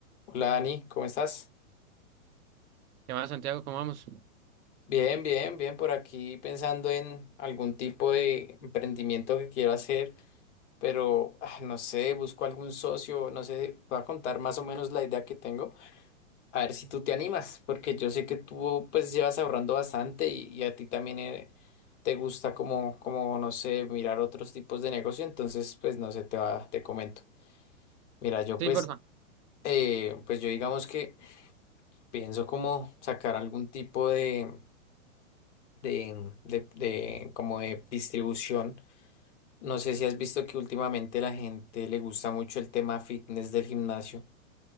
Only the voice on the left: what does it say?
Hola Dani, ¿cómo estás?
Bien, bien, bien, por aquí pensando en algún tipo de emprendimiento que quiero hacer, pero ah, no sé, busco algún socio, no sé, voy a contar más o menos la idea que tengo, a ver si tú te animas, porque yo sé que tú pues llevas ahorrando bastante y, y a ti también eh, te gusta como, como, no sé, mirar otros tipos de negocio, entonces pues no sé, te va, te comento. Mira, yo
pues,
eh, pues yo digamos que pienso como sacar algún tipo de de, de- de- como de distribución. No sé si has visto que últimamente la gente le gusta mucho el tema fitness del gimnasio.